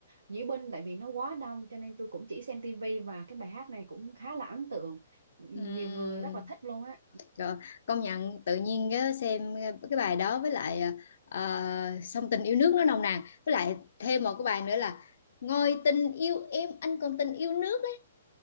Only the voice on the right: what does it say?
diễu binh tại vì nó quá đông cho nên tôi cũng chỉ xem tivi và cái bài hát này cũng khá là ấn tượng
nhiều người rất là thích luôn á